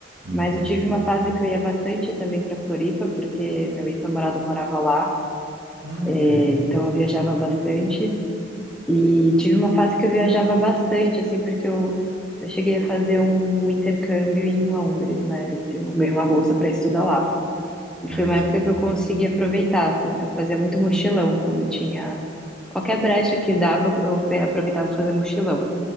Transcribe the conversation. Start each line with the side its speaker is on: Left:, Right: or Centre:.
Right: Uhum.
Centre: Mas eu tive uma fase que eu ia bastante também para Floripa, porque meu ex-namorado morava lá,
Right: Ah,
Centre: é,
Right: que legal.
Centre: então eu viajava bastante. E tive uma fase que eu viajava bastante, assim, porque eu, eu cheguei a fazer um intercâmbio em Londres, né? Eu ganhei uma bolsa para estudar lá. E
Right: Ai,
Centre: foi uma
Right: que.
Centre: época que eu consegui aproveitar, assim, então fazia muito mochilão quando tinha. Qualquer brecha que dava, eu, eu pe- aproveitava para fazer mochilão.